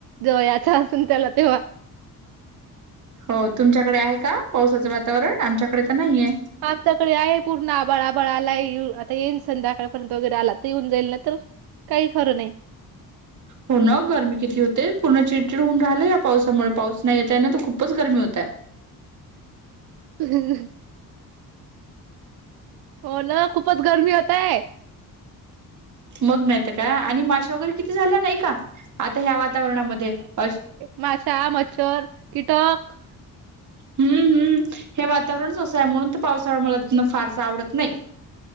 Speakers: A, on the right; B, on the right.
A: जव याचा असून त्याला तेव्हा
B: हो तुमच्याकडे आहे का पावसाचं वातावरण आमच्याकडे तर नाहीये
A: आमच्याकडे आहे पूर्ण बळाबळा आलाय आता येईन संध्याकाळपर्यंत वगैरे आला तर येऊन जाईल ना तर काही खरं नाही
B: हो ना गरमी किती होते पूर्ण चिडचिड होऊन राहिलं या पावसामुळे पाऊस नाही येतय ना तर खूपच गरमी होतय
A: हम् हो ना खूपच गरमी होतय
B: मग मात का आणि माशा वगैरे किती झाल्या नाही का आता ह्या वातावरणामध्ये अ
A: मासाा मच्छर कीटक
B: हम्म्म हे वातावरणच असं आहे म्हणून तर पावसाळा मला फारसा आवडत नाही